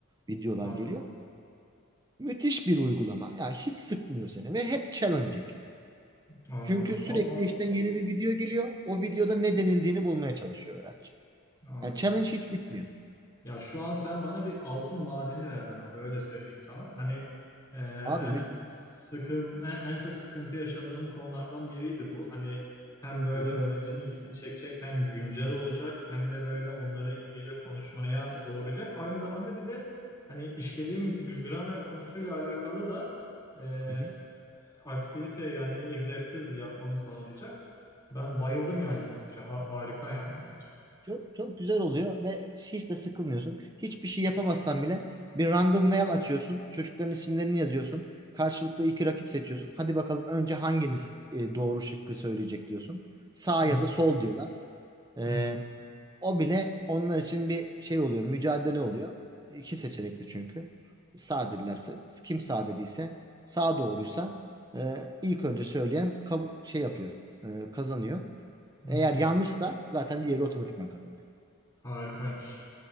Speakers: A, on the right (about 20°); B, on the left (about 15°).
A: Videolar
B: Anladım.
A: geliyor. Müthiş bir uygulama. Ya hiç sıkmıyor seni ve hep challenging.
B: Anladım.
A: Çünkü sürekli
B: Vallahi
A: işte yeni bir video geliyor. O videoda ne denildiğini bulmaya çalışıyor öğrenci.
B: anladım.
A: Yani challenge hiç bitmiyor.
B: Ya şu an sen bana bir altın madeni verdin abi öyle söyleyeyim sana. Hani e,
A: Abi
B: en
A: müthiş.
B: çok sıkın en, en çok sıkıntı yaşadığım konulardan biriydi bu. Hani hem böyle
A: Hı hı.
B: öğrencinin ilgisini çekecek hem güncel olacak hem de böyle onları İngilizce konuşmaya zorlayacak. Aynı zamanda bir de hani işlediğim gr- gramer konusuyla alakalı da e,
A: Hı hı.
B: aktivite yani egzersiz yapmamı sağlayacak. Ben bayıldım yani bu fikre. Ha- harika yani bence.
A: Çok, çok güzel oluyor ve hiç de sıkılmıyorsun. Hiçbir şey yapamazsan bile bir random mail açıyorsun. Çocukların isimlerini yazıyorsun. Karşılıklı iki rakip seçiyorsun. Hadi bakalım önce hanginiz e, doğru şıkkı söyleyecek diyorsun. Sağ
B: Hı hı
A: ya da sol diyorlar. E,
B: hı hı.
A: o bile onlar için bir şey oluyor. Mücadele oluyor. İki seçenekli çünkü. Sağ dedilerse kim sağ dediyse sağ doğruysa e, ilk önce söyleyen kab- şey yapıyor. e, kazanıyor.
B: hı
A: Eğer yanlışsa zaten diğeri otomatikman kazanır.
B: Harikaymış.